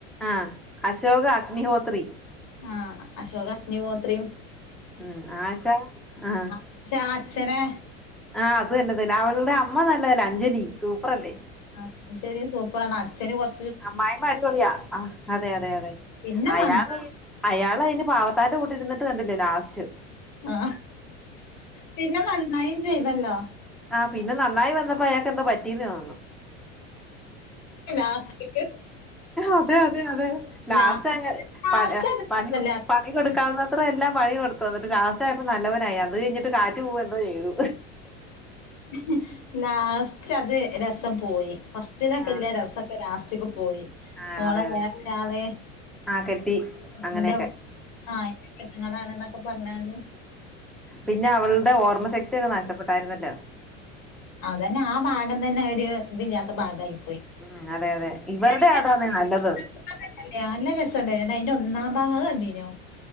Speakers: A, in the centre; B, on the left.
A: ആഹ് അശോക് അഗ്നിഹോത്രി
B: ആഹ് അശോക് അഗ്നി മോത്രയും
A: ഉം ആച്ച ആഹ്
B: പക്ഷേ അച്ഛനെ
A: ആഹ് അത് തന്നെ തന്നെ അവളുടെ അമ്മ നല്ലതല്ല അഞ്ജലി സൂപ്പർ അല്ലേ
B: ആ സോപ്പറാണ് അച്ചന് വർ
A: അമ്മായിമ്മ അടിപൊളിയാ അതെ അതെ അതെ
B: പിന്നെ
A: അയാള്
B: നന്ന
A: അയാൾ അതിന് പാവത്താന്റെ കൂട്ടി ഇരുന്ന് കണ്ടില്ലേ ലാസ്റ്റ്
B: ആ പിന്നെ നന്നായും ചെയ്തല്ലോ
A: ആഹ പിന്നെ നന്നായി വന്നപ്പോ അയാക്ക്ന്താ പറ്റീന്ന് വന്നു
B: ലാസ്റ്റ്ക്ക്
A: അതെ അതെ അതെ ലാസ്റ്റ്
B: ലാസ്റ്റ്
A: ആ പണ
B: അത് രസല്ലാതായിക്ക്ണ്
A: പണി കൊടുക്കാവുന്ന അത്ര എല്ലാം പണി കൊടുത്തു എന്നിട്ട് ലാസ്റ്റ് ആപ്പോ നല്ലവനായി അന്ന് കഴിഞ്ഞിട്ട് കാറ്റ് പോവന്തോ ചെയ്തു
B: ഉ ലാസ്റ്റ് അത് രസം പോയി ഫസ്റ്റിനൊക്കെ
A: ആഹ്
B: ഇല്ല രസമൊക്കെ ലാസ്റ്റക്ക് പോയി
A: ആഹ്
B: മോളെ
A: അതെ അതെ
B: വേറെളെ
A: അതെ ആഹ് കെട്ടി അങ്ങനെയൊക്കെ
B: എന്റെ ആഹ് ജനങ്ങളാാണ് എന്നൊക്കെ പറഞ്ഞത്
A: പിന്നെ അവളുടെ ഓർമ്മ ശക്തിയൊക്കെ നഷ്ടപ്പെട്ടായിരുന്നല്ലോ
B: അതതന്നെ ആ ഭാഗം തന്നെ അവര് ഇതിന്നാത്ത ഭാഗയി പോയി
A: ഉ അതെ അതെ ഇവരുടെ
B: അയിന്റെ
A: അതാാണ്നല്ലത്
B: <unintelligible> അയിന്റെ ഒന്നാം ഭാഗത് കണ്ടീനോ